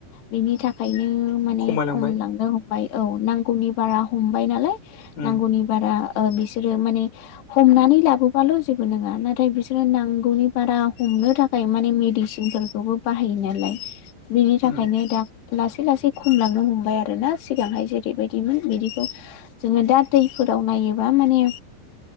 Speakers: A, on the left; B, on the left.
A: बिनि थाखायनो माने
B: खमायलांबाय
A: खम लांनो हम औ नांगौनि बारा हमबाय नालाय
B: उम
A: नांगौनि बारा बिसोरो माने हमनानै लाबोबाल' जेबो नङा नाथाय बिसोरो नांगौनि बारा हमनो थाखाय थाखाय माने मेडिसिनफोरखौबो बाहायो नालाय बिनि थाखायनो
B: उम
A: दा लासै लासै खमलांनो हमबाय आरो ना सिगांहाय जेरैबायदिमोन बिदिखौ जोङो दा दै फोराव नायोबा माने